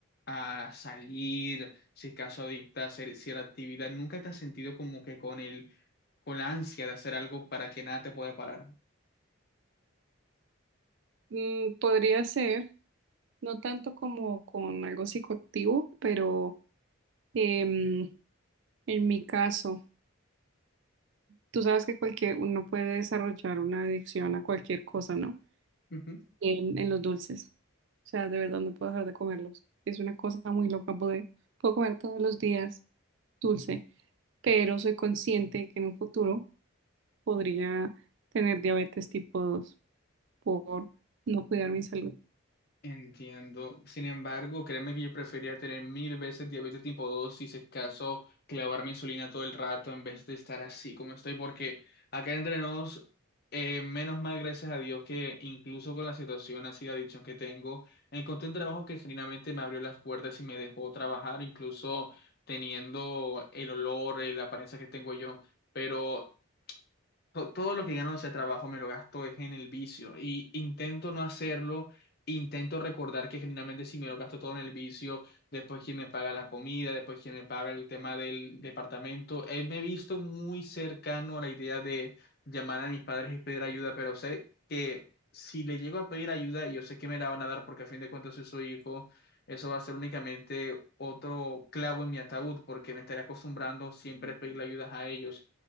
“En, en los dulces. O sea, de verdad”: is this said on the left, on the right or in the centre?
Right